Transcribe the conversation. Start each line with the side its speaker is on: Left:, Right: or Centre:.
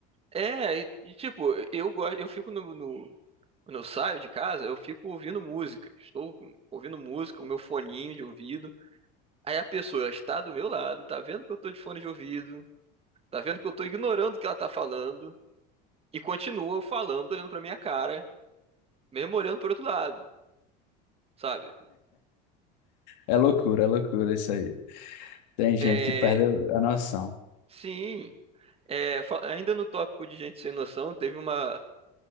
Right: é, e, e, tipo, eu gosto, eu fico no, no quando eu saio de casa, eu fico ouvindo música. Estou ouvindo música, o meu foninho de ouvido. Aí a pessoa está do meu lado, tá vendo que eu tô de fone de ouvido, tá vendo que eu tô ignorando o que ela tá falando, e continua falando, olhando pra minha cara, mesmo olhando pro outro lado, sabe?
Left: É loucura, é loucura isso aí. Tem gente
Right: É,
Left: que perde a noção.
Right: sim, é, fa- ainda no tópico de gente sem noção, teve uma,